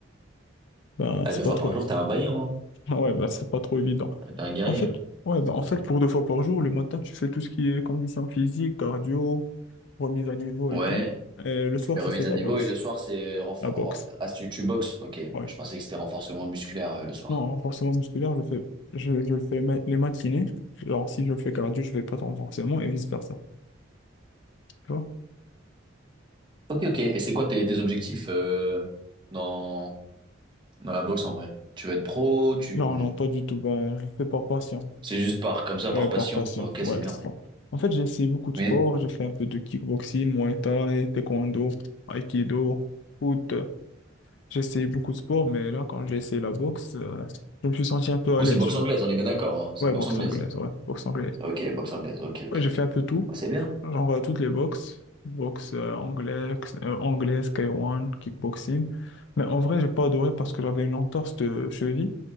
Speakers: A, on the left (about 60°); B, on the right (about 25°).
A: Ben,
B: Ah,
A: c'est
B: deux
A: pas
B: fois
A: trop.
B: par jour,
A: <laughs>
B: t'es un vaillant, hein.
A: Ouais, ben, c'est pas trop évident.
B: Ah, T'es un guerrier,
A: En fait,
B: hein.
A: ouais, ben, en fait, pour deux fois par jour, le matin, tu fais tout ce qui est condition physique cardio, remise à niveau
B: Ouais,
A: et tout. Et le soir,
B: mais
A: tu
B: remises
A: fais de
B: à
A: la
B: niveau
A: boxe.
B: et le soir, c'est renfor...
A: La boxe.
B: ren- Ah, tu, tu boxes, ok.
A: Ouais.
B: Je pensais que c'était renforcement musculaire euh, le soir.
A: Non, un renforcement musculaire, je fais, je, je le fais ma- les matinées. Alors, si je fais cardio, je fais pas de renforcement et vice-versa. Tu vois?
B: Ok, ok. Et c'est quoi tes, tes objectifs euh, dans, dans la boxe en vrai? Tu veux être pro, tu...
A: Non, non, pas du tout. Ben, je le fais par passion.
B: C'est juste par, comme ça,
A: Ouais,
B: par
A: par
B: passion.
A: passion.
B: Bah, ok,
A: Ouais.
B: c'est bien.
A: Bon. En fait, j'ai essayé beaucoup de sports.
B: Mais
A: J'ai fait un peu de kickboxing, Muay Thai, taekwondo, aikido, foot. J'ai essayé beaucoup de sports, mais là, quand j'ai essayé la boxe, euh, je me suis senti un peu
B: Du
A: à
B: coup,
A: l'aise,
B: c'est boxe
A: tu
B: anglaise,
A: vois.
B: on est bien d'accord, hein, c'est
A: Ouais,
B: boxe
A: boxe
B: anglaise.
A: anglaise, ouais, boxe anglaise.
B: Ok, boxe anglaise. Ok, ok,
A: Ouais, j'ai
B: ok.
A: fait un peu tout.
B: Bah, c'est bien.
A: Genre euh, toutes les boxes, boxe euh, anglais, k- euh, anglais, K1, kickboxing. Mais en vrai, j'ai pas adoré parce que j'avais une entorse de cheville.